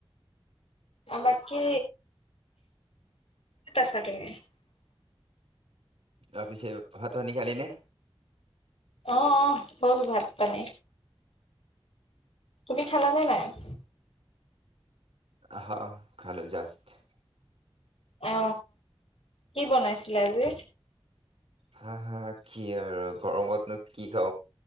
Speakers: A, on the left; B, on the right.
A: অহ' বাকি। <inaudible>
B: তাৰপিছে ভাত ৰান্ধি খালী নে?
A: অহ অহ হ'ল ভাত পানী। তুমি খালা নে নাই? <unintelligible>
B: অহ খালো জাষ্ট <inaudible>
A: অ। কি বনাইছিলে আজি?
B: হা হা কি আৰু গৰমত নো কি হ